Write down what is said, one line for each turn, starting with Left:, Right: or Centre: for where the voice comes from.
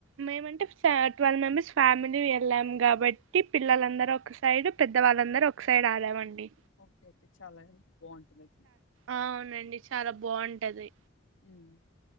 Right: మేము అంటే ట్వెల్వ్ మెంబెర్స్ ఫ్యామిలీ వెళ్ళాం కాబట్టి పిల్లలందరూ ఒక సైడ్ పెద్దవాళ్ళందరూ ఓ. ఒక సైడ్ ఆడ మండి.
Left: ఓకే ఓకే చాలా బాగుంటంది.
Right: అవునండి చాలా బాగుంటది.
Left: హ్మ్.